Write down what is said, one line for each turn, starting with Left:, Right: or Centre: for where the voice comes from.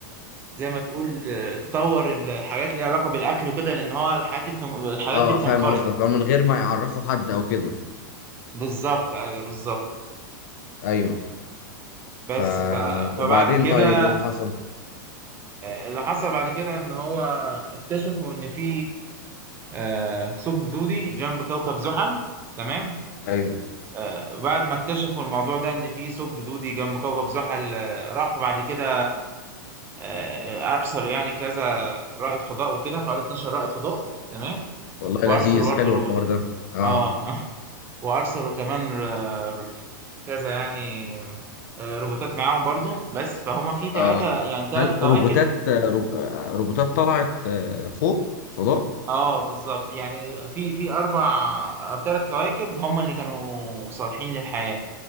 Right: زي ما تقول آه، تطور الحاجات اللي ليها علاقه بالاكل وكده لان هو الحاجات دي بتن... الحاجات
Left: اه
Right: دي بتنقرض
Left: فاهم قصدك اه من غير ما يعرفوا حد او كده
Right: بالظبط ايوه بالظبط
Left: ايوه
Right: بس
Left: ف
Right: ف... فبعد
Left: وبعدين
Right: كده
Left: طيب ايه اللي حصل
Right: آه، اللي حصل بعد كده ان هو اكتشفوا ان في آه، ثقب دودي جنب كوكب زحل تمام
Left: ايوه
Right: آه، بعد ما اكتشفوا الموضوع ده ان في ثقب دودي جنب كوكب زحل آه، راحوا بعد كده آه، ارسلوا يعني كذا رائد فضاء وكده حوالي 12 رائد فضاء تمام
Left: والله
Right: وارسلوا
Left: لذيذ
Right: برضه
Left: حلو
Right: روبوت
Left: الحوار ده اه
Right: اه <laughs> وارسلوا كمان ر- ر- كذا يعني آه، روبوتات معاهم برضو بس فهم في ثلاثة
Left: اه
Right: يعني ثلاث
Left: هل
Right: كواكب
Left: روبوتات آه، رو... آه، روبوتات طلعت آه، فوق فضاء
Right: اه بالظبط يعني في في اربع او ثلاث كواكب هم اللي كانوا صالحين للحياه